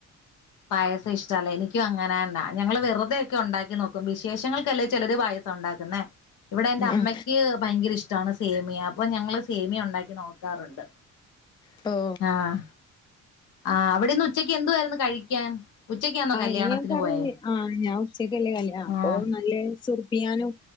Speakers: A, on the left (about 85°); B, on the left (about 15°).
A: പായസം ഇഷ്ടല്ല എനിക്കും അങ്ങനെന്നാ ഞങ്ങള് വെറുതേക്ക ഉണ്ടാക്കി നോ ക്കും വിശേഷങ്ങൾക്കല്ലേ ചിലര് വയ ഉണ്ടാക്കുന്ന ഇവിടെ എന്റെ അമ്മയ്ക്ക്
B: ഉം
A: ഭയങ്കര ഇഷ് ഇഷ്ടാണ് സേമിയ അപ്പൊ ഞങ്ങള് സേമിയ ഉണ്ടാക്കി നോക്കാറുണ്ട്
B: തോ
A: ആഹ് ആഹ് അവിടിന്ന് ഉച്ചക്ക് എന്തുവായിരുന്നു കഴിക്കാൻ ഉച്ചക്കാന്നോ
B: ആഹ്
A: കല്യാണത്തിന്
B: ഇനി ഞാൻ പറഞ്ഞു
A: പോയേ
B: ആ ഞാൻ ഉച്ചക്കല്ലേ കല്ല അപ്പൊ
A: ആഹ്
B: നല്ല സുർ പിയാനോ